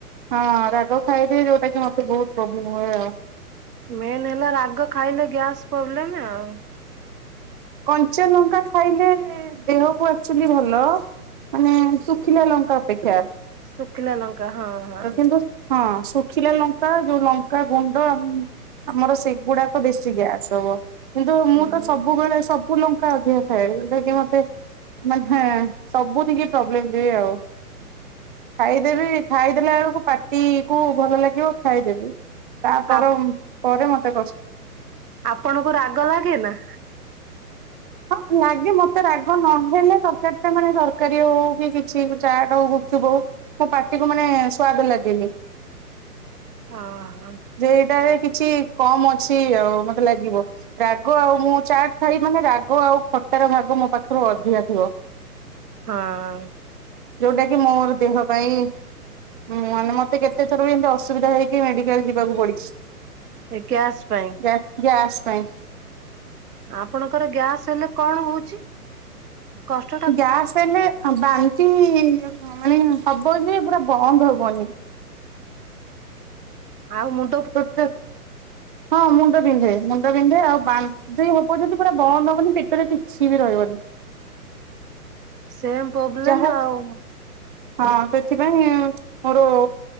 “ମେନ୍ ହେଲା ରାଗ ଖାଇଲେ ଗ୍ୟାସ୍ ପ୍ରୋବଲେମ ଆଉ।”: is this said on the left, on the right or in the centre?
Right